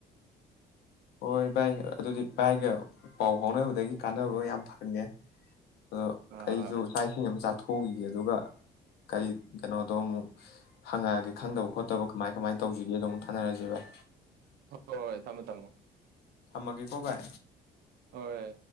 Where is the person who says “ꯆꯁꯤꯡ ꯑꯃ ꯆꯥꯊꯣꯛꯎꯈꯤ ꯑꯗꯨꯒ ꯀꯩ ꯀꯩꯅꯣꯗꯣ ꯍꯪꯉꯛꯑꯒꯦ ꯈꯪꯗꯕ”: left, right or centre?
Left